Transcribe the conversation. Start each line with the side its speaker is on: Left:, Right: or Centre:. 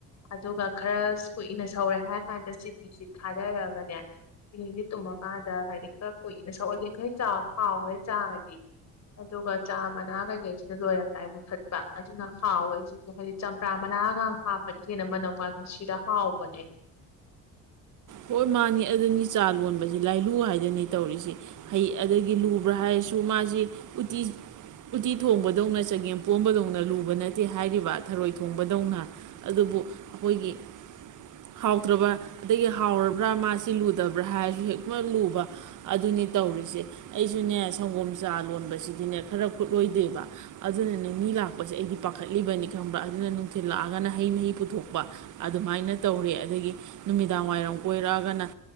Left: ꯑꯗꯨꯒ ꯈꯔ ꯀꯨꯏꯅ ꯁꯧꯔꯦ ꯍꯥꯏꯔ ꯀꯥꯟꯗ ꯆꯤꯅꯤꯁꯤ ꯊꯥꯗꯔꯒꯅꯦ ꯆꯤꯅꯤꯁꯤ ꯇꯨꯝꯃꯀꯥꯟꯗ ꯍꯥꯏꯗꯤ ꯈꯔ ꯀꯨꯏꯅ ꯁꯧꯍꯜꯂꯤꯈꯩ ꯆꯥꯎ ꯍꯥꯎꯔꯦ ꯆꯥꯒꯗꯤ ꯑꯗꯨꯒ ꯆꯥ ꯃꯅꯥ ꯀꯩꯀꯩꯁꯤꯅ ꯂꯣꯏꯔꯝꯗꯥꯏ ꯃꯨꯊꯠꯄ ꯑꯗꯨꯅ ꯍꯥꯎꯋꯦꯁꯤ ꯍꯥꯏꯗꯤ ꯆꯝꯄ꯭ꯔꯥ ꯃꯅꯥꯒ ꯍꯥꯞꯄꯗꯤ ꯍꯦꯟꯅ ꯃꯅꯝꯒ ꯅꯨꯡꯁꯤꯔ ꯍꯥꯎꯕꯅꯦ
Right: ꯍꯣꯏ ꯃꯥꯅꯤ ꯑꯗꯨꯅꯤ ꯆꯥ ꯂꯣꯟꯕꯕꯁꯤ ꯂꯥꯏꯂꯨ ꯍꯥꯏꯗꯅꯤ ꯇꯧꯔꯤꯁꯤ ꯍꯩ ꯑꯗꯒꯤ ꯂꯨꯕ꯭ꯔꯥ ꯍꯥꯏꯔꯁꯨ ꯃꯥꯁꯤ ꯎꯇꯤ ꯎꯇꯤ ꯊꯣꯡꯕꯗꯧꯅ ꯆꯒꯦꯝ ꯄꯣꯝꯕꯗꯧꯅ ꯂꯨꯕ ꯅꯠꯇꯦ ꯍꯥꯏꯔꯤꯕ ꯊꯔꯣꯏ ꯊꯣꯡꯕꯗꯧꯅ ꯑꯗꯨꯕꯨ ꯑꯩꯈꯣꯏꯒꯤ ꯍꯥꯎꯇ꯭ꯔꯕ ꯑꯗꯒꯤ ꯍꯥꯎꯔꯕ꯭ꯔꯥ ꯃꯥꯁꯤ ꯂꯨꯗꯕ꯭ꯔꯥ ꯍꯥꯏꯔꯁꯨ ꯍꯦꯛꯃꯛ ꯂꯨꯕ ꯑꯗꯨꯅꯤ ꯇꯧꯔꯤꯁꯦ ꯑꯩꯁꯨꯅꯦ ꯁꯪꯒꯣꯝ ꯆꯥ ꯂꯣꯟꯕꯁꯤꯗꯤꯅꯦ ꯈꯔ ꯈꯨꯠꯂꯣꯏꯗꯦꯕ ꯑꯗꯨꯅꯅꯦ ꯃꯤ ꯂꯥꯛꯄꯁꯦ ꯑꯩꯗꯤ ꯄꯥꯈꯠꯂꯤꯕꯅꯤ ꯈꯪꯕ꯭ꯔꯥ ꯑꯗꯨꯅ ꯅꯨꯡꯊꯤꯜ ꯂꯥꯛꯑꯒꯅ ꯍꯩ ꯃꯍꯤ ꯄꯨꯊꯣꯛꯄ ꯑꯗꯨꯃꯥꯏꯅ ꯇꯧꯔꯦ ꯑꯗꯒꯤ ꯅꯨꯃꯤꯗꯥꯡ ꯋꯥꯏꯔꯝ ꯀꯣꯏꯔꯛꯑꯒꯅ